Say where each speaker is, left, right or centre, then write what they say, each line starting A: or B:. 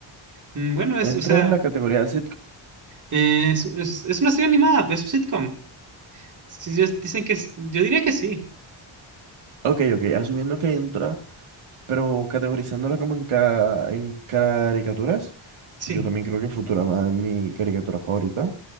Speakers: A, on the right (about 40°); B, on the right (about 85°).
A: Mm, Bueno, es,
B: entra
A: o sea,
B: en la categoría de sitcom.
A: eh, es, es- es una serie animada, es un sitcom. Si ellos dicen que es- yo diría que sí,
B: Ok, ok, asumiendo que entra, pero categorizándola como en, ca- en caricaturas,
A: sí,
B: yo también creo que Futurama es mi caricatura favorita.